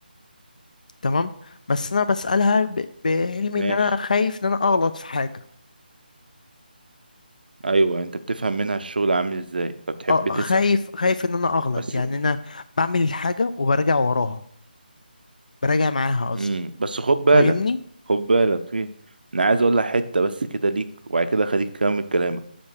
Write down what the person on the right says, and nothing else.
ماشي
ايوه انت بتفهم منها الشغل عامل ازاي فبتحب
تسأل
بس
امم
بس خد بالك
خد بالك في انا عايز اقول لك حته بس كده ليك وبعد كده خليك تكمل كلامك